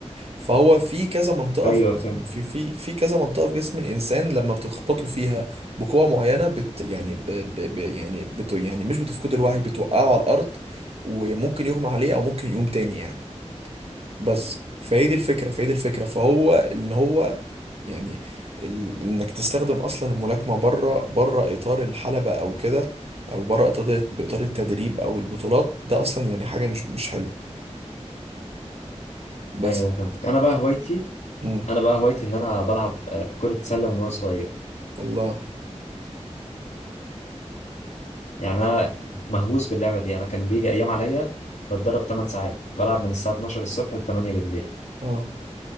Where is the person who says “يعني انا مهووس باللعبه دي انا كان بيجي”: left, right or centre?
Left